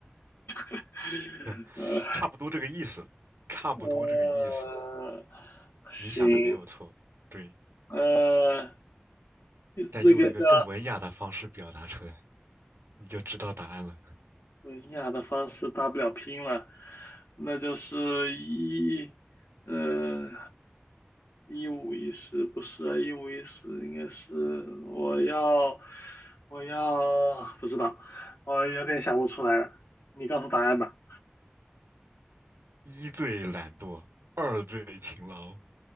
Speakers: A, on the left (about 80°); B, on the right (about 90°).
A: <laughs>
B: <laughs>
A: 呃
B: 差不多这个意思，差不多这个意思。
A: 呃，行，
B: 你想的没有错，对，
A: 呃，
B: 但用一个更文雅的方式表达出来，
A: 那个叫。
B: 你就知道答案了。<laughs>
A: 文雅的方式大不了拼了，那就是一，呃，一五一十不是啊，一五一十应该是我要，我要不知道，我有点想不出来了，你告诉答案吧，
B: 一最懒惰，二最勤劳，